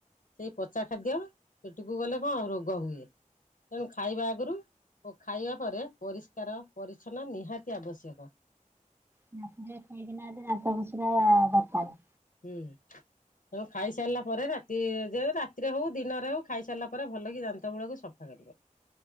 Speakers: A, on the left; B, on the right.
A: ସେଇ ପଚା ଖାଦ୍ୟ ପେଟକୁ ଗଲେ କଣ ରୋଗ ହୁଏ। ତେଣୁ ଖାଇବା ଆଗରୁ ଓ ଖାଇବା ପରେ ପରିଷ୍କାର ପରିଚ୍ଛନ୍ନ ନିହାତି ଆବଶ୍ୟକ।
B: <unintelligible> ଖାଇକିନା ଦାନ୍ତ ଘଷିବା ଦରକାର।
A: ହୁଁ। ତେଣୁ ଖାଇସାରିଲା ପରେ ରାତି ଯେ ରାତିରେ ହଉ ଦିନରେ ହଉ ଖାଇସାରିଲା ପରେ ଭଲ କିି ଦାନ୍ତମୂଳ କୁ ସଫା କରିବ।